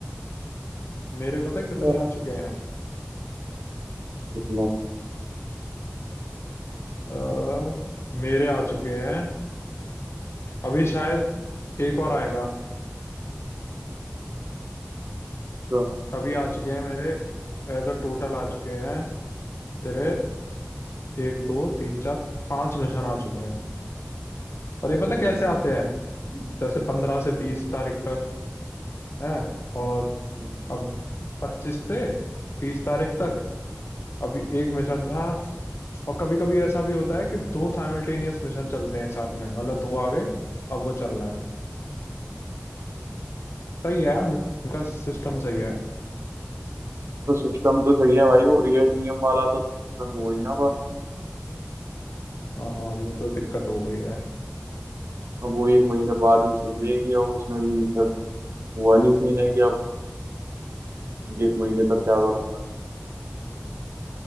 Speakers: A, on the left; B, on the right.
A: मेरे पता है कितने
B: हाँ।
A: आ चुके हैं
B: कितना
A: अ, मेरे आ चुके हैं अभी शायद एक और आएगा
B: तो
A: अभी आ चुके हैं मेरे एज अ टोटल आ चुके हैं तेरे एक दो तीन चार पांच मिशन आ चुके हैं और ये पता है कैसे आते हैं जैसे पंद्रह से बीस तारीख तक है और
B: तो,
A: अब पच्चीस से तीस तारीख तक अभी एक मिशन था और कभी कभी ऐसा भी होता है कि दो साइमल्टेनियस मिशन चलते हैं साथ में मतलब दो आ गए अब वो चल रहा है सही है यार मेरा सिस्टम सही है
B: तो सिस्टम तो सही है भाई वो एआईटीएम वाला तो दिक्कत हो गई ना पर
A: हाँ वो तो दिक्कत हो गई है
B: अब वो एक महीने बाद ही सुलझेगी अब उसमें भी फिर वो वाली सीन है कि अब एक महीने तक क्या करूंगा